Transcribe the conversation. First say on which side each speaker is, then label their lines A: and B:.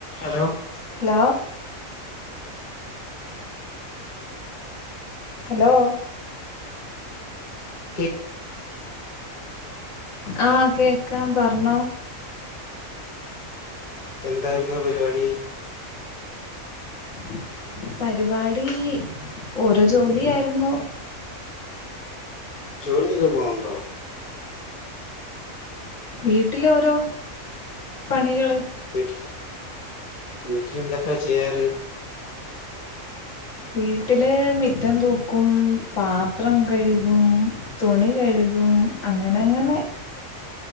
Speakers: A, on the left; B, on the left.
A: Hello
B: hello hello
A: കേ
B: ആഹ് കേക്കാം പർഞ്ഞോ
A: എന്തായ്രുന്നു പരിപാടി?
B: ഉം പരിവാടി ഓരോ ജോലിയാര്ന്നു.
A: ജോലിക്കെക്കെ പോണ്ടോ?
B: വീട്ടിലോരോ പണികള്
A: വീട്ട് വീട്ടിലന്തക്കാ ചെയ്യാറ്
B: വീട്ടില് മിറ്റം തൂക്കും പാത്രം കഴുകും. തുണി കഴുകും അങ്ങനെ അങ്ങനെ